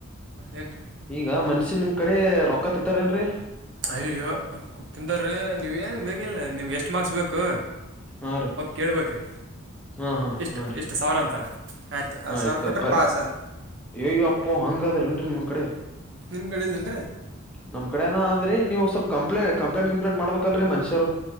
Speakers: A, on the right; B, in the centre.
A: ಏನು ರೀ
B: ಈಗ ಮನ್ಷ್ಯ ನಿಮ್ ಕಡೆ ರೊಕ್ಕ ತಿಂತಾರೆ ಏನ್ರರಿ
A: ಅಯ್ಯೋ ತಂದಾರೀ ನೀವು ಏನು ಬೇಕಿಲ್ಲ ನಿಮ್ಗೆ ಎಷ್ಟು ಮಾರ್ಕ್ಸ್ ಬೇಕು
B: ಹಾ ರೀ
A: ಕೇಳ್ಬೇಕ್ರೀ
B: ಹಾ ಹಾ ಹಾ
A: ಇಷ್ಟು
B: ಹಾ ರೀ
A: ಇಷ್ಟು ಸಾವಿರ ಅಂತಾರೆ ಆಯ್ತು ಆ
B: ಹಾ
A: ಸಾವಿರ
B: ಇಟ್ಟುಬ್ಬ
A: ಕೊಟ್ರೆ ಪಾಸ್ ಸರ್
B: ಅಯ್ಯ ಅಪ್ಪೋ ಹಂಗದ್ರ ಏನ್ರಿನ್ಮ್ಮ ಕಡೆ
A: ನಿಮ್ ಕಡಲ್ಲೇನ್ರರಿ
B: ನಮ್ ಕಡೆಏನ ಅ ಆದ್ರೀ ನೀವು ಸ್ವಲ್ ಕಂಪ್ಲೇಟ್ ಕಂಪ್ಲಂಟ್ ಕಂಪ್ಲೇಂಟ್ ಮಾಡಬೇಕಲ್ರೀ ಮನುಷ್ಯರು